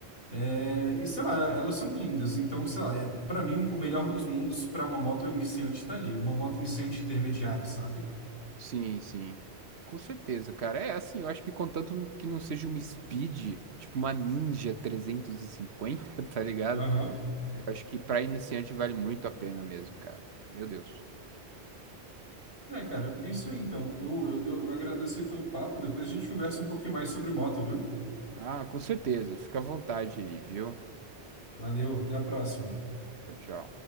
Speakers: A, on the left; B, on the right.
A: É, e sei lá, elas são lindas, então sei lá, é, para mim o melhor dos mundos para uma moto iniciante tá ali, uma moto iniciante intermediária, sabe?
B: Sim, sim. Com certeza, cara. É assim, eu acho que contanto que não seja uma Speed, tipo uma Ninja 350, <laughs> tá ligado?
A: Aham.
B: Eu acho que para iniciante vale muito a pena mesmo, cara. Meu Deus.
A: É, cara, é isso aí então. Eu, eu, eu agradeço aí pelo papo, depois a gente conversa um pouquinho mais sobre moto, viu?
B: Ah, com certeza. Fica à vontade aí, viu?
A: Valeu, até a próxima.
B: Tchau, tchau.